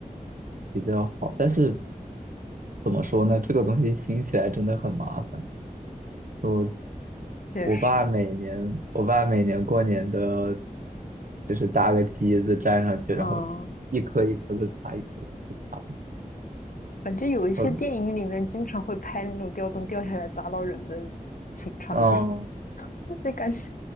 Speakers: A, on the right (about 65°); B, on the left (about 65°).
A: 比较好，但是怎么说呢？这个东西清起来真的很麻烦。我
B: 确实，
A: 我爸每年，我爸每年过年都要，就是搭个梯子站上去，
B: 嗯，
A: 然后一颗一颗的擦，一颗一颗的擦。
B: 反正有一些电影里面经常会拍那种吊灯掉下来砸到人的情场景，
A: 我嗯，
B: <laughs> 那感觉